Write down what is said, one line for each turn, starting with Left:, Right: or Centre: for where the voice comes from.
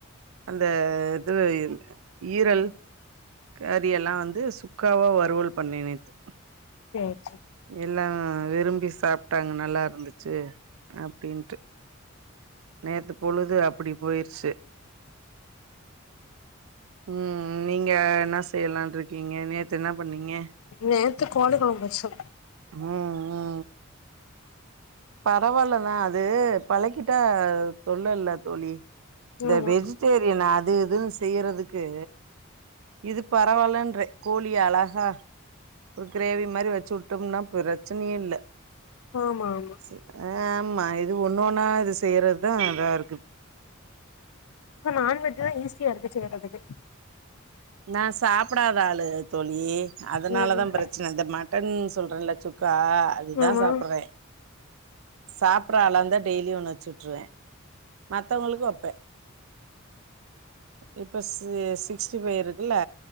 Right: அந்த <unintelligible> ஈரல் கரி எல்லாம் வந் து சுக்காவா வறுவல் பண்ணேன் நேத்து
Left: சேர் செ
Right: எல்லான் விரும்பி சாப்ட்டாங் நல்லாருந்துச்சு அப்டின்டு நேத்து பொழுது அப்படி போயிருச்சு உஹம் நீங்க என்ன செய்யலாம் இருக்கீங்க நேத்து என்ன பண்ணீங்க
Left: நேத்து கோழி கொழம்பு வச்சோ
Right: உம் ஆ பரவால்ல தான் அது பழக்கிட்டா தொல்லல தோழி இந்த
Left: ஆமா
Right: வெஜிடேரியன் அது இதுன்னு செய்றதுக்கு இது பரவாலன்றே கோழி அழகா ஒரு கிரேவி மாதிரி வச்சு விட்டோம்னா பிரச்சனையே இல்ல
Left: ஆமா ஆமா
Right: செ ஆஹ் ஆமா இது ஒண்ணு ஒன்னா இது செய்யறதுதான் அதா இருக்கு
Left: இப்ப நான்வெஜ் எல்லாம் ஈஸியா இருக்கு செய்றதுக்கு
Right: நான் சா ப்டாத ஆளு தோழி அதனால
Left: ம்
Right: தான் பிரச்சன இது மட்டன் சொல்றன்ல சு க்கா அதுதான்
Left: ஆமா
Right: சாப்றேன் சாப்பற ஆள ந்தா டெய்லி ஒண்ணு வச்சுட்டுருவேன் மத்தவங்களுக்கு வைப்பே இப்ப சி சிக்ஸ்டி ஃபைவ் இருக்குல்ல